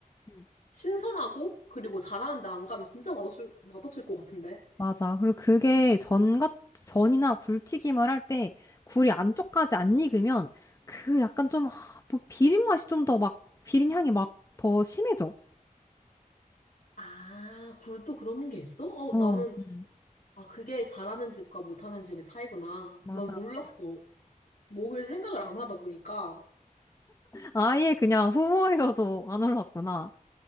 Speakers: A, on the left; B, on the left.
A: 음.
B: 신선하고 그리고 잘하는데 안 가면 진짜 맛없을, 맛없을 것 같은데?
A: 맞아. 그리고 그게 전 같, 전이나 굴튀김을 할 때 굴이 안쪽까지 안 익으면 그 약간 좀, 하, 뭐 비린 맛이 좀 더 막, 비린 향이 막 더 심해져.
B: 아, 굴도 그런 게 있어? 어,
A: 어,
B: 나는,
A: 음.
B: 아, 그게 잘하는 집과 못하는 집의 차이구나.
A: 맞아,
B: 난 몰랐어.
A: 맞아.
B: 먹을 생각을 안 하다 보니까.
A: 아예 그냥 후보에서도 안 올랐구나.